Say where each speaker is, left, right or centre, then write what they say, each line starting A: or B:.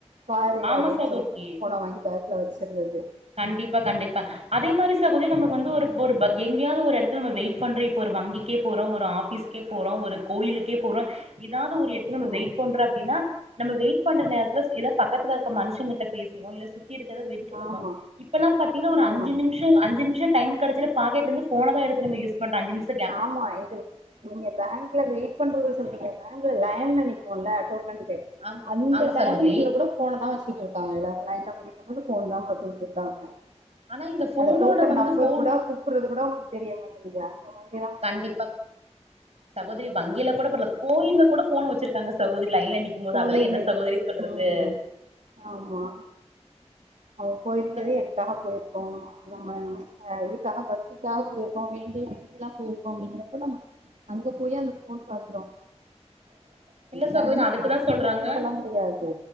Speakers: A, on the right; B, on the right.
A: பாரு
B: ஆமா
A: அப்டின்
B: சகோதரி
A: சொல்ட்டு நா ஃபோன வாங்கி பேக்ல வச்சர்றது
B: கண்டிப்பா கண்டிப்பா அதே மாரி சகோதரி நம்ம வந்து ஒருப் ஒருப்ப எங்கியாவது ஒரு எடத்துல நம்ம வெயிட் பண்றோ இப்ப ஒரு வங்கிக்கே போறோ ஒரு ஆபிஸ் க்கேப் போறோ ஒரு கோயிலுக்கேப் போறோ எதாது ஒரு எடத்துல நம்ம
A: ஆமா
B: வெயிட் பண்றோ அப்டினா நம்ம வெயிட் பண்ற நேரத்துலச் இதாப் பக்கத்ல இருக்க மனுஷங்கிட்ட பேசுவோ இல்ல சுத்தி இருக்கத வேடிக்க பாப்போ
A: ஆமா
B: இப்பல்லாம் பாத்தீங்னா ஒரு
A: ஆமா
B: அஞ்ச நிம்ஷோ அஞ்சி நிம்ஷோ டைம் கெடச்சாலெ பாக்கெட்லந்து ஃபோனதா நம்ம எடுத்து யுஸ் பண்ற அஞ்சு நிம்ஷ்
A: ஆமா இது நீங்க பேங்க்ல வெயிட்ப் பண்றத சொல்றீங்க பேங்க்ல லைன்ல நிப்போல டோக்கன்கு
B: ஆம்
A: அந்த
B: ஆமா
A: டைமிங்ல
B: சகோதரி
A: கூட ஃபோனதா வச்சிட்ருக்காங்க எல்லாரு லைன்ல வந்து நிக்கும்போது ஃபோன்தா பாத்துட்ருக்காங்க
B: ஆனா இந்த ஃபோனோட
A: அத டோக்கன்
B: வந்து
A: நம்பர்
B: ஃபோன்
A: கூட குப்புர்றது கூட அவுங்குளுக்கு தெரிய மாட்டேங்குது அந்த மாதிரியலா
B: கண்டிப்பா சகோதரி வங்கிலக் கூடப் பர்ல கோயில்லக் கூட ஃபோன வச்சிருக்காங்க சகோதரி லைன்ல நிக் கும்போது
A: கோயில்லயும்
B: அதெலா என்ன சகோதரி சொல்றது
A: ம் ஆமா அவோ போயிருக்கதே
B: இந்த போ
A: எதுக்காகப் போயிருக்கோ அந்த மாரி ஆ இதுக்காக பக்திக்காக போயிருக்கோ வேண்டிய வேண்டுதலாப் போயிருக்கோ அப்டிங்கிறப்ப நம்ம அங்கப் போய் அந்த ஃபோன் பாக்றோ
B: <inaudible>
A: எல்லாருமே
B: அதுக்குதா
A: யாரையு
B: சொல்றாங்க
A: சொல்ல முடியாது